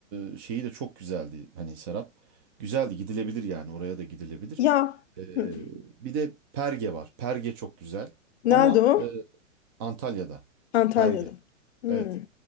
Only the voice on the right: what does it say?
eee, şeyi de çok güzeldi. Hani Serap. Güzeldi, gidilebilir yani. Oraya da gidilebilir.
Eee,
bir de Perge var. Perge çok güzel.
Ama
eee, Antalya'da.
Perge.
Evet.